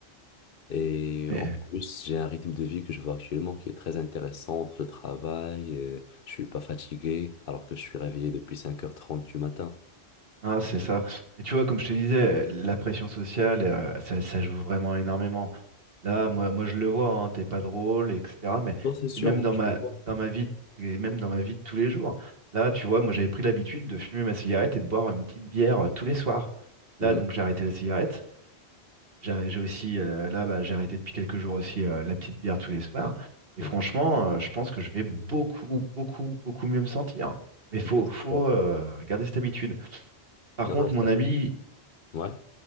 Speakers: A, on the left (about 60°); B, on the right (about 60°).
A: Et
B: Mais
A: en plus, j'ai un rythme de vie que je vois actuellement qui est très intéressant entre le travail, euh, je suis pas fatigué alors que je suis réveillé depuis cinq heures trente du matin.
B: ah, c'est ça. Mais tu vois, comme je te disais, la pression sociale, euh, ça, ça joue vraiment énormément. Là, moi, moi je le vois, hein, t'es pas drôle, etc. Mais
A: Non, c'est sûr,
B: c'est même
A: moi
B: dans
A: je
B: ma,
A: le vois.
B: dans ma vie, c'est même dans ma vie de tous les jours. Là, tu vois, moi j'avais pris l'habitude de fumer ma cigarette et de boire une petite bière euh, tous les soirs. Là,
A: Hmm,
B: donc j'ai arrêté la cigarette. J'ai j'ai aussi, euh, là, bah, j'ai arrêté depuis quelques jours aussi euh, la petite bière tous les soirs. Et
A: ouais.
B: franchement, euh, je pense que je vais beaucoup, beaucoup, beaucoup mieux me sentir. Mais faut,
A: Non, c'est
B: faut
A: sûr.
B: euh, garder cette habitude. Par
A: Non,
B: contre,
A: non, ça-
B: mon ami,
A: ouais,